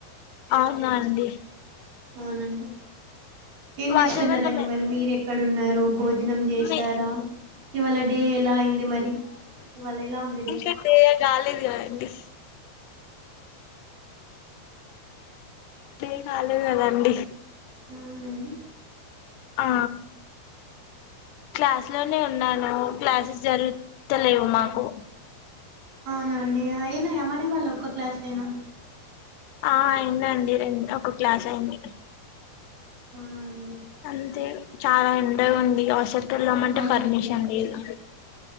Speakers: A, on the left (about 85°); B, on the right (about 65°).
A: అవునా అండి.
B: అవునండి ఏం
A: వాతావరణం
B: చేస్తున్నారండి. మరి మీరు ఎక్కడన్నారు భోజనం చేసారా
A: మీ
B: ఇవాళ. డే ఎలా అయింది మరి ఇవాళ ఎలా ఉంది
A: ఇంకా డే కాలేదు కదండి. డే కాలేదు కదాండి.
B: అవునండి.
A: ఆ క్లాస్లోనే ఉన్నాను క్లాసెస్ జరుగుతలేవు మాకు.
B: అవునండి అయినా ఆ మరి వాళ్ళు ఒక్క క్లాస్ అయినా
A: ఆ అయిందండి రెండ్ ఒక క్లాస్ అయింది.
B: అవునా అండి.
A: అంతే చాలా ఎండగా ఉంది అసలు ఎల్దామంటే
B: అవునండి
A: పర్మిషన్ లేదు.